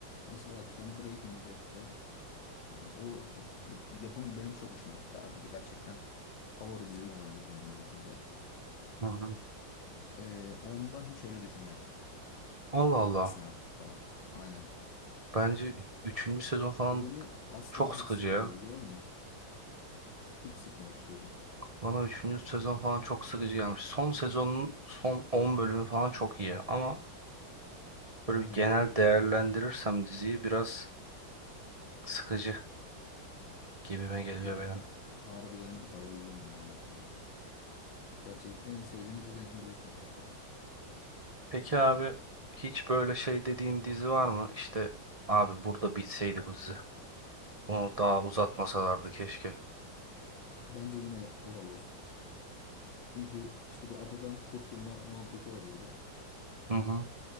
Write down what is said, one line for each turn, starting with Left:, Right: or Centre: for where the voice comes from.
Left: Mesela bak ben Breaking Bad'de o yapım benim çok hoşuma gitti abi. Gerçekten favori dizim olabilir benim Breaking Bad.
Right: Hı hı.
Left: Ee, onda hiç öyle düşünmedim.
Right: Allah
Left: İşte
Right: Allah.
Left: bitsin artık falan. Aynen.
Right: Bence üçüncü sezon falan
Left: O beni asla
Right: çok
Left: hiç
Right: sıkıcı
Left: sıkmadı
Right: ya.
Left: biliyor musun? Hiç sıkmamıştı hocam.
Right: Bana üçüncü sezon falan çok sıkıcı gelmiş. Son sezonun son 10 bölümü falan çok iyi ama böyle
Left: Hı hı.
Right: bir genel değerlendirirsem diziyi biraz sıkıcı gibime geliyor
Left: Yok
Right: benim.
Left: ben harbiden bayıldım yani o diziye. Gerçekten en sevdiğim dizi benim Breaking Bad ya.
Right: Peki abi hiç böyle şey dediğin dizi var mı? İşte abi burada bitseydi bu dizi. Bunu daha uzatmasalardı keşke.
Left: Bence yine o da Lost. Çünkü işte bir adadan kurtulma muhabbeti var orada.
Right: Hı hı.